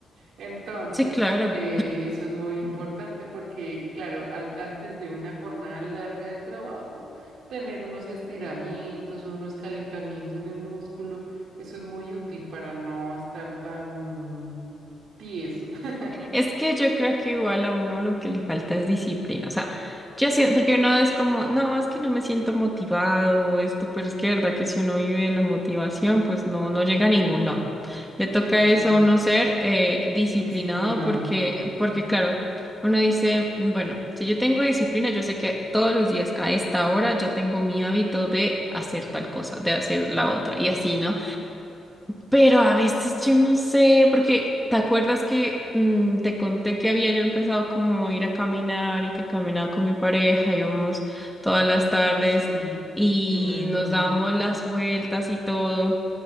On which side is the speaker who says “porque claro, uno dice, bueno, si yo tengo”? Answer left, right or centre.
Centre